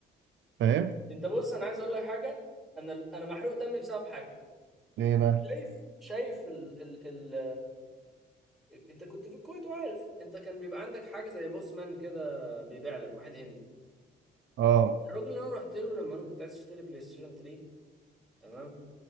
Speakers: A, on the right (about 70°); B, in the centre.
A: فاهم؟
B: انت بص انا عايز اقول لك حاجه انا انا محروق دمي بسبب حاجه
A: ايه بقى؟
B: شايف شايف ال ال انت كنت في الكويت وعارف انت كان بيبقى عندك حاجه زي بوسمان كده بيبيع لك واحد هندي
A: اه
B: الراجل اللي انا رحت له لما انا كنت عايز اشتري بلاي ستيشن 3 تمام